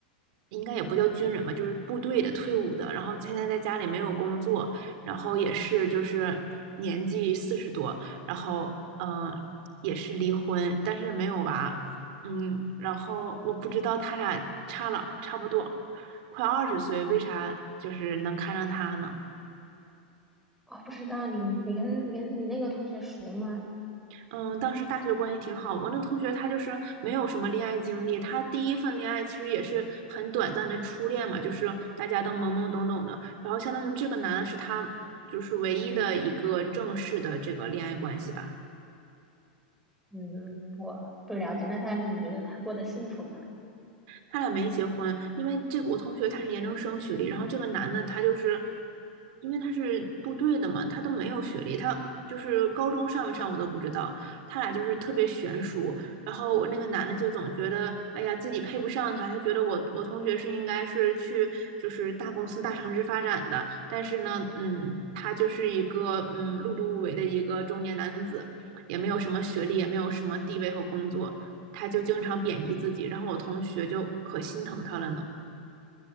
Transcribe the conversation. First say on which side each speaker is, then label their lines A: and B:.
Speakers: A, on the right (about 60°); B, in the centre.
A: 应该也不叫军人吧，就是部队的退伍的，然后现在在家里没有工作，然后也是就是年纪四十多，然后嗯、呃也是离婚，但是没有娃，嗯，然后我不知道他俩差了差不多快二十岁，为啥就是能看上他呢？
B: 哦，不知道你你跟你跟你那个同学熟吗？
A: 嗯，当时大学关系挺好。我那同学他就是没有什么恋爱经历，他第一份恋爱其实也是很短暂的初恋嘛，就是大家都懵懵懂懂的。然后相当于这个男的是他就是唯一的一个正式的这个恋爱关系吧。
B: 嗯，我不了解。那他你觉得他过得幸福吗？
A: 他俩没结婚，因为这个我同学他是研究生学历，然后这个男的他就是因为他是部队的嘛，他都没有学历，他就是高中上没上我都不知道，他俩就是特别悬殊。然后我那个男的就总觉得，哎呀，自己配不上他，他觉得我我同学是应该是去就是大公司大城市发展的，但是呢，嗯，他就是一个嗯碌碌无为的一个中年男子，也没有什么学历，也没有什么地位和工作。他就经常贬低自己，然后我同学就可心疼他了呢。